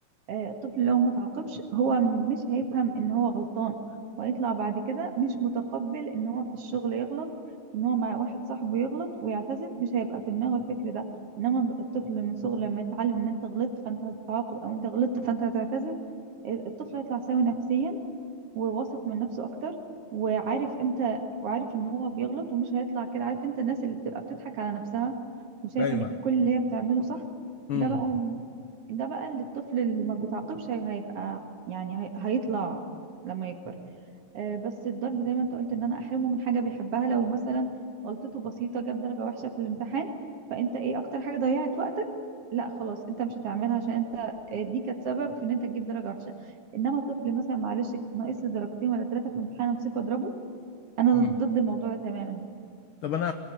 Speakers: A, on the right; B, on the left.
A: آه، الطفل لو ما تعاقبش هو مش هيفهم ان هو غلطان وهيطلع بعد كده مش متقبل ان هو في الشغل يغلط ان هو مع واحد صاحبه يغلط ويعتذر مش هيبقى في دماغه الفكر ده انما الطفل من صغره لما يتعلم ان انت غلطت فانت هتتعاقب او انت غلطت فانت هتعتذر آه، الطفل هيطلع سوي نفسيا وواثق من نفسه اكتر وعارف امتى وعارف ان هو بيغلط ومش هيطلع كده عارف انت الناس اللي بتبقى بتضحك على نفسها وشايفه
B: ايوه
A: ان كل اللي هي بتعمله صح
B: امم
A: ده بقى ده بقى اللي الطفل اللي ما بيتعاقبش هي- هيبقى يعني هي... هيطلع لما يكبر آه بس الضرب زي ما انت قلت ان انا احرمه من حاجه بيحبها لو مثلا غلطته بسيطه جاب درجه وحشه في الامتحان فانت ايه اكتر حاجه ضيعت وقتك لا خلاص انت مش هتعملها عشان انت آه، دي كانت سبب في ان انت تجيب درجه وحشه انما طفل مثلا معلش ناقص لي درجتين ولا ثلاثه في الامتحان امسكه اضربه انا
B: أمم.
A: ضد الموضوع ده تماما
B: طب انا